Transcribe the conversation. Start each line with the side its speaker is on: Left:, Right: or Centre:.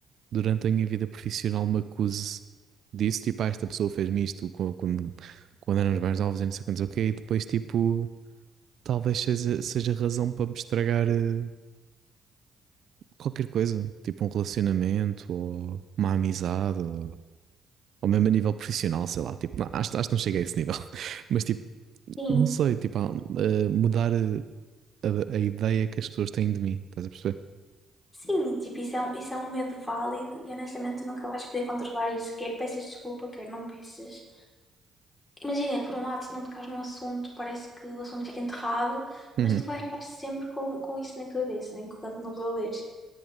Right: durante a minha vida profissional, me acuse disso, tipo, ah, esta pessoa fez-me isto quando, quando, quando éramos mais novos e não sei quantos, ok, e depois tipo. Talvez seja, seja razão para me estragar eh, qualquer coisa, tipo um relacionamento ou uma amizade, ou, ou mesmo a nível profissional, sei lá. Tipo, não, acho, acho que não cheguei a esse nível, <laughs> mas tipo,
Left: Sim.
Right: não sei, tipo, ah, eh, mudar eh, a, a ideia que as pessoas têm de mim, estás a perceber?
Left: Sim, tipo, isso é, um- isso é um medo válido e honestamente tu nunca vais poder controlar isso. Quer peças desculpa, quer não peças. Imagina, por um lado, se não tocares num assunto, parece que o assunto fica enterrado,
Right: Uhum,
Left: mas tu vais estar sempre com, com isso na cabeça enquanto não resolveres.